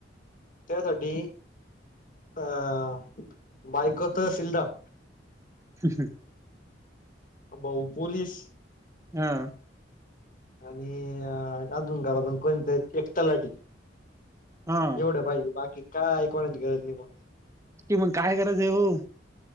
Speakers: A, on the left; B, on the right.
A: त्यासाठी अं बायकोत तहसीलदार
B: <inaudible>
A: बऊ पोलीस
B: हा
A: आणि अजून घरातून कोणत एक तलाठी
B: हां.
A: एवढं पाहिजे बाकी काय ऐकवाण्याची गरज नाही मग
B: की मग काय करायचं आहे हो